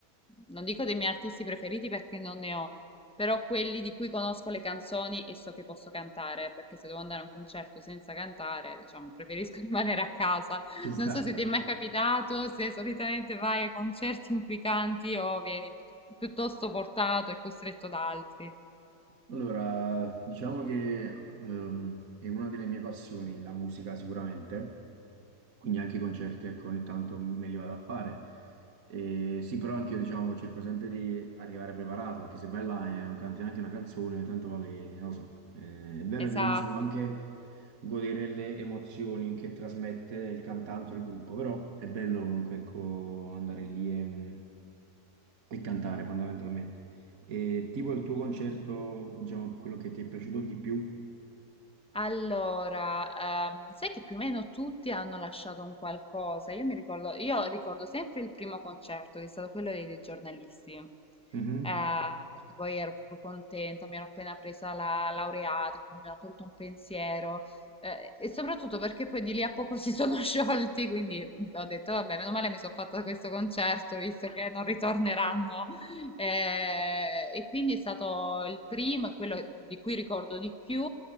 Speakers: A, in the centre; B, on the right.
A: non dico dei miei artisti preferiti perché non ne ho però quelli di cui conosco le canzoni e so che posso cantare, perché se devo andare a un concerto senza cantare, diciamo, preferisco <laughs> rimanere a casa.
B: Ci
A: Non
B: sta.
A: so se ti è mai capitato, se solitamente vai a concerti in cui canti o vieni pi- piuttosto portato e costretto da altri.
B: Allora, diciamo che ehm, è una delle mie passioni, la musica sicuramente, quindi anche i concerti, ecco, ogni tanto me li vado a fare. E sì, però anche io, diciamo, cerco sempre di arrivare preparato, perché se vai là e non canti neanche una canzone, tanto vale, che- non lo so. Eh, è vero
A: Esatto.
B: che uno si può anche godere le emozioni che trasmette il cantante o il gruppo, però è bello comunque, ecco, andare lì e... mm, e cantare fondamentalmente. E tipo il tuo concerto, diciamo, quello che ti è piaciuto di più?
A: Allora, ehm, sai che più o meno tutti hanno lasciato un qualcosa. Io mi ricordo, io ricordo sempre il primo concerto, che è stato quello dei, dei giornalisti,
B: Mhm.
A: Eh, perché poi ero proprio contenta, mi ero appena presa la laureata, quindi mi ero tolto un pensiero, eh, e soprattutto perché poi di lì a poco si sono <laughs> sciolti, quindi ho detto, vabbè, meno male mi sono fatta questo concerto, visto che non ritorneranno. Eh, e quindi è stato il primo, e quello di cui ricordo di più.